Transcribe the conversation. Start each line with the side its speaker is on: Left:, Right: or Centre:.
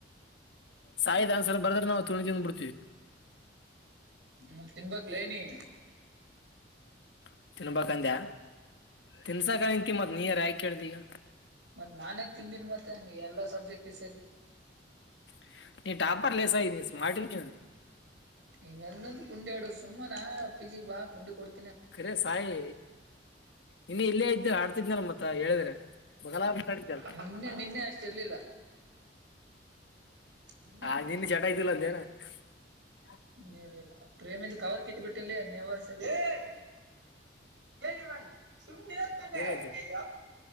Left: ಸಾಯ್ದ ಅನ್ಸರ್ ಬರದ್ರೆ ನಾವು ತುಣಿ ತಿಿಂದ ಬಿಡ್ತೀವಿ
Right: ಮತ್ ತಿನ್ಬೇಕಕ್ಲೇನಿ
Left: <unintelligible> ತಿನ್ಬಂದ್ಯಾ ತಿನ್ಸಾಕಂತ ಮತ್ ನೀರ್ ಯಾಕ ಕೇಳ್ದಿಗ
Right: ಮತ್ತ್ ನಾನೇ ತಿಂದೀನಿ ಮತ್ತೆ ಎಲ್ಲಾ ಸಬ್ಜೆಕ್ಟ್ ಈ ಸೇರಿ
Left: <unintelligible> ನೀ ಾಪರ್ ಲಸ ಈ ನೀ ಸ್ಮಾರ್ಟ ಕಚ
Right: ಇಂಗ ಅಂದಂದು ಕುಂಡಿ ಆಡು ಸುಮ್ಮನಾ ಪಿಜಿ ಕುಂಡಿ ಕೊಡ್
Left: ಖರೆ ಸಾಯಿ ಇನ್ನ ಇಲ್ಲೇ ಇದ್ದರ ಆಡ್ತಿದೆಲ್ಲ ಮತ್ತ ಹೇಳಿದ್ರ ಹೋಗಲ್ಲ ಅಂತಾಡಿದ್ದಲ್ಲ
Right: ನಿನ್ನೆ ನಿನ್ನೆ ಅಷ್ಟಿರ್ಲಿಲ್ಲ ನಿನ್ನೆ
Left: ಆ ನಿನ್ನ ಜಟ ಇದ್ದಲ್ಲ ಅಂತೇನಾ <unintelligible>
Right: <unintelligible> ಇರ್ಲ್ಲ ಪ್ರೇಮಿಂದ ಕವರ್ ಕಟ್ಟಿಬಿಟ್ಟಿನ್ಲ ನೆವರ್ <unintelligible> ಹೇಳಏ ಹೇಳಾಯ್ ಸುಮ ನಿರ ತ <unintelligible>
Left: ಏನಾಯ್ತು
Right: ಯಾ